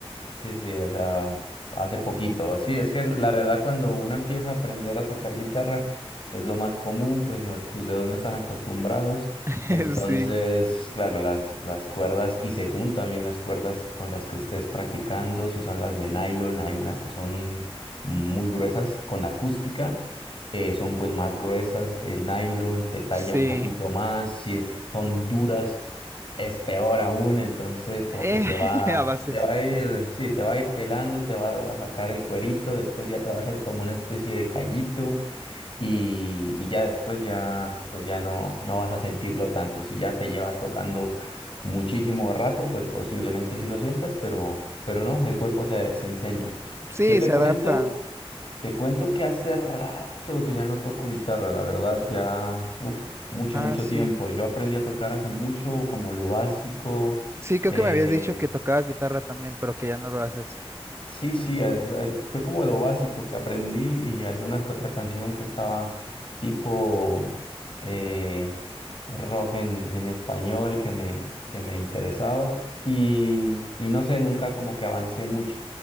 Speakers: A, on the left (about 55°); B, on the right (about 25°).
A: Sí, sí, o sea, hace poquito. Sí, es que la verdad cuando uno empieza a aprender a tocar guitarra es lo más común, pues no, es- tus dedos no están acostumbrados.
B: <laughs>
A: Entonces,
B: Sí.
A: claro, las, las cuerdas y según también las cuerdas con las que estés practicando, si son las de nylon, hay unas que son muy gruesas con la acústica, eh, son pues más gruesas, el nylon te talla
B: Sí,
A: un poquito más, si es- son duras es peor aún, entonces como
B: eh,
A: que te
B: <laughs>
A: va,
B: a bases.
A: te va a ir, sí, te va a ir pelando, te va a sacar el cuerito, después ya te va a hacer como una especie de callito y, y ya después ya, pues ya no, no vas a sentirlo tanto. Si ya te llevas tocando muchísimo rato, pues posiblemente sí lo sientas, pero, pero no, el cuerpo se, se enseña.
B: Sí,
A: Yo te
B: se
A: cuento.
B: adapta.
A: Te cuento que hace rato que ya no toco guitarra, la verdad, ya, uff, mucho,
B: Ah,
A: mucho
B: sí.
A: tiempo. Yo aprendí a tocar hace mucho, como lo básico,
B: Sí, creo
A: eh,
B: que me habías dicho que tocabas guitarra también, pero que ya no lo haces.
A: Sí, sí, a- a- fue como lo básico que aprendí y alguna que otra canción que estaba tipo eh, rock en, en español que me, que me interesaba y, y no sé, nunca como que avancé mucho